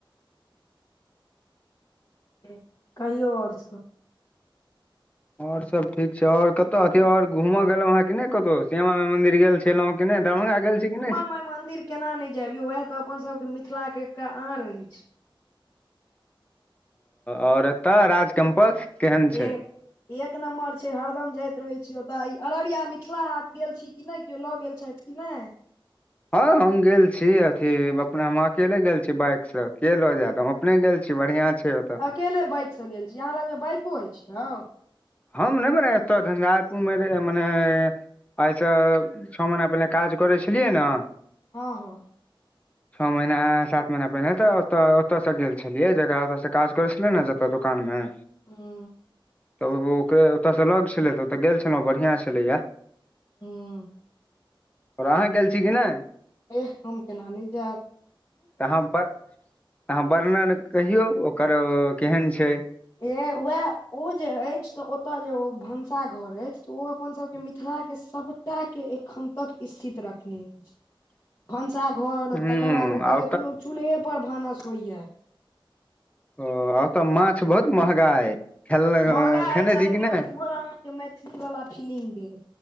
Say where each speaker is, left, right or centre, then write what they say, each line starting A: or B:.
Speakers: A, on the left (about 35°); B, on the left (about 15°).
A: के कहियौ और सब।
B: और सब ठीक छै और कतऽ ओर घूमो गेलहुँ हँ की नै? कतौ श्यामा मंदिर गेल छेलौ की नै दरभंगा गेल छी कि नै?
A: माय मन्दिर - केना नै जेएब यौ वएह तऽ अपन सबके मिथिला के एकटा आर अइछ।
B: और एतऽ राज कैम्पस? केहन छै
A: ए एक नम्बर छै हरदम जाइत रहै छी ओतऽ अररिया मिथिला हाट गेल छी कि नै केओ लऽ गेल छैथ? नैय
B: हँ हम गेल छी अथी अपना हम अकेले गेल छी बाइक सऽ केेेए लऽ जेएत हम। अपने गेल छी बढ़ियां छै।
A: अकेले बाइक सँ गेल छी आहाँ लग मे बाइको अइछ यौ?
B: हम नै एतऽ झंझारपुर मे मने - एहिइसँ छ ओ महिना पहिने काज करै छलियै न?
A: हँ हँ।
B: छ महीना सात महीना पहिनेे तऽ ओतऽ ओतऽ से गेल छेलियै जेकरा ओतऽ से काज करै छलै ने जतऽ दुकान मे-
A: हुँ।
B: तऽ ओ ओकर ओतऽसँ लग छेलै तऽ ओतऽ गेल छेलौ बढ़िआँ छलैया।
A: हूँ।
B: और आहाँ गेल छी कि नै?
A: एह हम केना नै जेएब।
B: तऽ आहाँ बर आहाँ वर्णन कहियौ ओकर केहन छै?
A: ए वएह ओ जे अइछ तऽ ओतऽ जे ओ भनसा घर अइछ तऽ ओ अपन सबके मिथिलाक के सब। सबटा के एखन तक स्थित रखने अइछ।
B: <inaudible>
A: भनसाघर
B: हूँ
A: तकर बाद ओतऽ
B: आ
A: एखनो चूल्हेपर भानस होइया।
B: ओ अतऽ माछ बहुत महगा अइ। खेल
A: महँगा
B: खेने
A: अइछ
B: छी
A: लेकिन
B: कि नहि
A: ओ पूरा आहाँके मैथिली वला फीलिंग देत।